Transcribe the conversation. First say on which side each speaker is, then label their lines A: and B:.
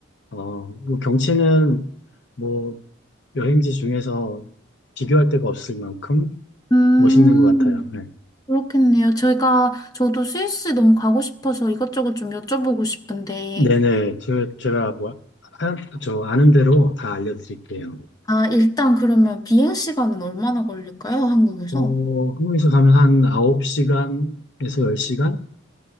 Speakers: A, on the left; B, on the left.
A: 어, 뭐 경치는 뭐, 여행지 중에서 비교할 데가 없을 만큼
B: 음,
A: 멋있는 것 같아요. 네.
B: 그렇겠네요. 저희가, 저도 스위스 너무 가고 싶어서 이것저것 좀 여쭤보고 싶은데,
A: 네네. 저, 제가 뭐, 아, 저 아는 대로 다 알려드릴게요.
B: 아, 일단 그러면 비행 시간은 얼마나 걸릴까요? 한국에서?
A: 어, 한국에서 가면 한 9시간에서 10시간?